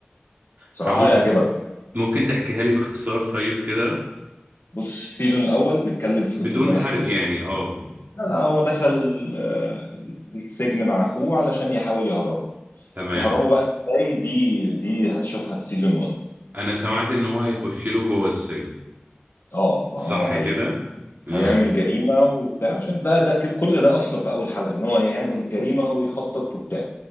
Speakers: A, on the left; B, on the right.
A: بصراحه
B: فممكن
A: يعجبك
B: ممكن تحكيها لي باختصار طيب كده
A: بص السيزون الاول بيتكلم في
B: بدون
A: في اللي انا
B: حرق
A: حكيته
B: يعني آه
A: ده. لا لا هو دخل ال- ال- السجن مع اخوه علشان يحاول يهربه
B: تمام
A: يهربه بقى ازاي دي دي هتشوفها في سيزون 1
B: أنا سمعت إن هو هيخش له جوه السجن
A: اه ما
B: صح
A: هو هي
B: كده امم
A: هيعمل جريمه وبتاع عشان ده ده ك- كل ده اصلا في اول حلقه ان هو يعمل الجريمه ويخطط وبتاع